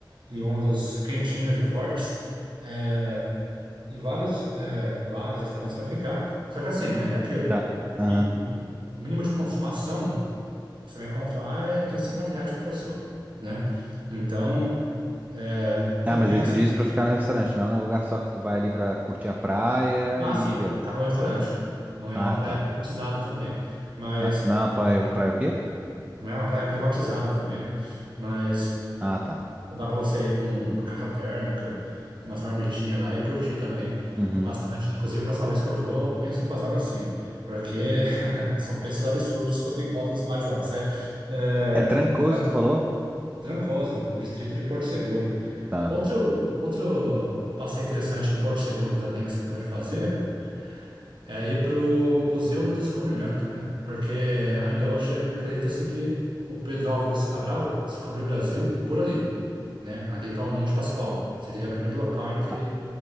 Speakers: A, on the right; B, on the right.
A: e ondas quentinhas e fortes. É, e vários é, bares, restaurantes para ficar. Só que assim, né? É aquilo.
B: Tá.
A: O,
B: Aham.
A: mi- o mi- o mínimo de consumação que você vai encontrar lá é R$ 250 reais por pessoa, né? Então, é, compensa.
B: Ah, mas aí tu disse pra ficar no restaurante, não, né? O Lugar só que tu vai ali pra curtir a praia
A: Ah,
B: e
A: sim,
B: deu.
A: para ficar no restaurante. Não
B: Ah,
A: é uma praia
B: tá.
A: privatizada também, mas.
B: Na, na praia,
A: é,
B: praia o quê?
A: Não é uma praia privatizada também, né? Mas
B: Ah, tá.
A: Então dá para você ir com uma caixa térmica, umas marmitinhas lá e curtir também
B: Uhum.
A: bastante. Inclusive, a próxima vez que eu for, eu penso em fazer algo assim, porque <laughs> são preços absurdos que você encontra nos bares lá, sabe? É,
B: É Trancoso,
A: mas
B: tu falou?
A: Trancoso, é um distrito de Porto Seguro.
B: Tá.
A: Outro, outro passeio interessante em Porto Seguro também que você pode fazer é ir para o Museu do Descobrimento, né? Porque ainda hoje acredita-se que o Pedro Álvares Cabral descobriu o Brasil por ali, né? Ali está o Monte Pascoal, seria o primeiro local em que ele
B: A-